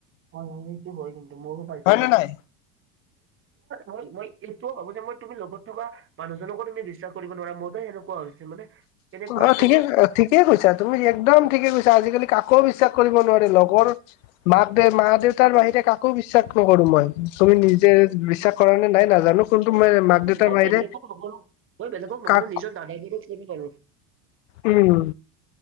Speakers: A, on the right; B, on the left.
A: হম সেইটো হয় কিন্তু মইওঁ পাইছো
B: হয় নে
A: বাৰু।
B: নাই
A: মই- মই এইটোও ভাবো যে মই তুমি লগত থকা মানুহজনকো তুমি বিশ্বাস কৰিব নোৱাৰা মোৰটো সেনেকুৱা হৈছে মানে কেনেকুৱা
B: অ', ঠিকে
A: তোমাক
B: ঠিক ঠিকে কৈছা তুমি একদম ঠিকে কৈছা আজিকালি কাকো বিশ্বাস কৰিব নোৱাৰে লগৰ মাক দেউ মা দেউতাৰ বাহিৰে কাকো বিশ্বাস নকৰো মই। তুমি নিজে বিশ্বাস কৰা নে নাই নাজানো। কিন্তু মই মাক দেউতাৰ
A: মই
B: বাহিৰে
A: বেলেগক নকৰো, মই বেলেগক নকৰো
B: কাক
A: নিজৰ <unintelligible> পাৰো।
B: উম,